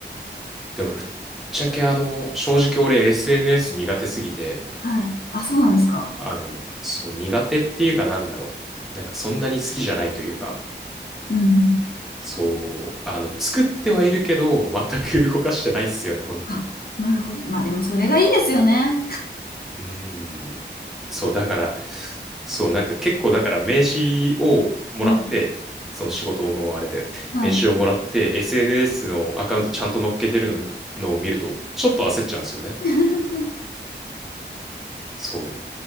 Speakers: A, in the centre; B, on the left.
A: でもぶっちゃけあの、正直俺 SNS 苦手すぎて、
B: はい。あ、そうなんですか。
A: あの、そう苦手っていうかなんだろう。なんかそんなに好きじゃないというか、
B: うんうん。
A: そう、あの、作ってはいるけど、全く動かしてないっすよね、本当に。
B: あ、なるほど。まあ、でもそれがいいですよね。
A: うーん。そう、だから、そう、なんか結構だから名刺をもらって、
B: うん。
A: その仕事のあれで、
B: はい。
A: 名刺をもらって、SNS のアカウントちゃんと乗っけてるの、のを見ると、ちょっと焦っちゃうんですよね。
B: <laughs>
A: そ